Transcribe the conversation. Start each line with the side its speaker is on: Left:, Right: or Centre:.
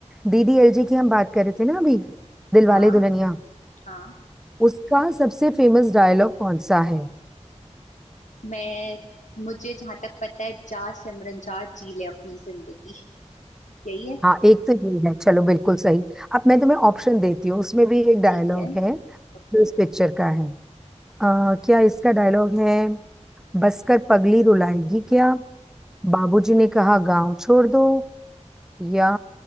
Centre: डीडीएलजे की हम बात कर रहे थे ना अभी दिलवाले
Left: <laughs> हाँ
Centre: दुल्हनिया
Left: हाँ
Centre: उसका सबसे फेमस डायलॉग कौन सा है
Left: मैं मुझे जहां तक पता है जा सिमरन जा जी ले अपनी जिंदगी यही है
Centre: हाँ एक तो ये है चलो बिल्कुल सही अब मैं तुम्हें ऑप्शन देती हूँ उसमें भी एक डायलॉग
Left: ठीक है
Centre: है
Left: okay.
Centre: जो इस पिक्चर का है आ, क्या इसका डायलॉग है बसकर पगली रुलाएगी क्या बाबूजी ने कहा गांव छोड़ दो या